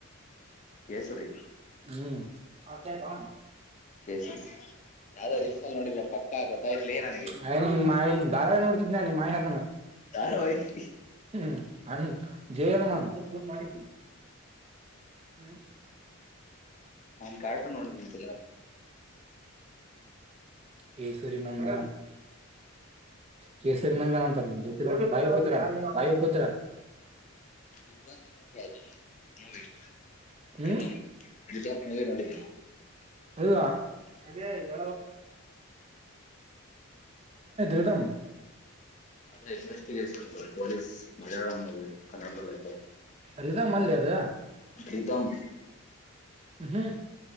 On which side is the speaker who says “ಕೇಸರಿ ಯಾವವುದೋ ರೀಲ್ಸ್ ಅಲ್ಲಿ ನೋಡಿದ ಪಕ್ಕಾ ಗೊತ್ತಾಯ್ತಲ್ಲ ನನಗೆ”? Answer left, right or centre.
Left